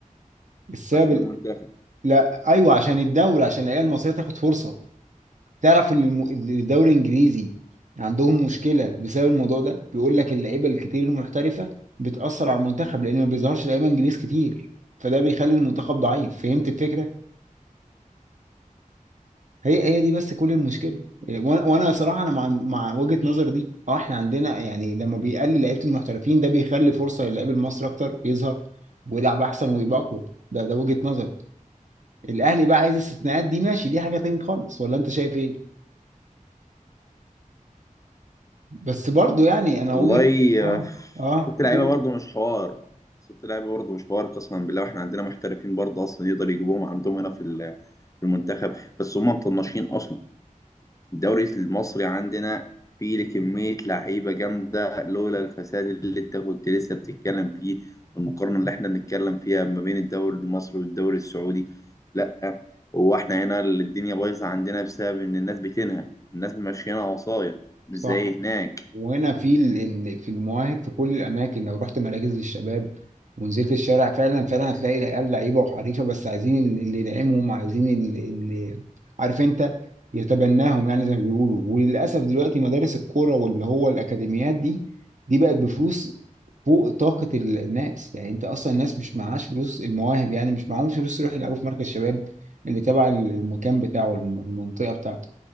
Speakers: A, on the right (about 60°); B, on the left (about 25°).
A: السبب
B: عشان
A: ال...
B: المنتخب
A: لا ايوه عشان الدوري عشان العيال المصريه تاخد فرصه تعرف ان الم... الدوري الانجليزي عندهم مشكله بسبب الموضوع ده بيقول لك اللعيبه الكتير المحترفه بتاثر على المنتخب لان ما بيظهرش لعيبه انجليز كتير فده بيخلي المنتخب ضعيف فهمت الفكره هي هي دي بس كل المشكله إيه، وانا وانا صراحه انا مع مع وجهه نظر دي اه احنا عندنا يعني لما بيقلل لعيبه المحترفين ده بيخلي فرصه للعيب المصري اكتر يظهر ويلعب احسن ويبقى اقوى ده ده وجهه نظر الاهلي بقى عايز استثناءات دي ماشي دي حاجه تاني خالص ولا انت شايف ايه بس برضو يعني انا
B: والله
A: وجهه اه
B: آه،
A: اه
B: ست لعيبه
A: قول.
B: برضه مش حوار ست لعيبه برضه مش حوار قسما بالله واحنا عندنا محترفين برضه اصلا يقدر يجيبوهم عندهم هنا في ال- في المنتخب بس هم مطنشين اصلا الدوري المصري عندنا فيه كميه لعيبه جامده لولا الفساد اللي انت كنت لسه بتتكلم فيه والمقارنه اللي احنا بنتكلم فيها ما بين الدوري المصري والدوري السعودي لا هو احنا هنا الدنيا بايظه عندنا بسبب ان الناس بتنهب الناس ماشيينها وسايط مش
A: صح
B: زي هناك
A: وهنا في ال- ال- في المواهب في كل الاماكن لو رحت مراكز الشباب ونزلت الشارع فعلا فعلا هتلاقي العيال لعيبه وحريفه بس عايزين ال- اللي يدعمهم عايزين اللي, اللي عارف انت يتبناهم يعني زي ما بيقولوا وللاسف دلوقتي مدارس الكوره واللي هو الاكاديميات دي دي بقت بفلوس فوق طاقه ال- الناس يعني انت اصلا الناس مش معهاش فلوس المواهب يعني مش معهمش فلوس يروحوا يلعبوا في مركز شباب اللي تبع المكان بتاعه الم- المنطقه بتاعته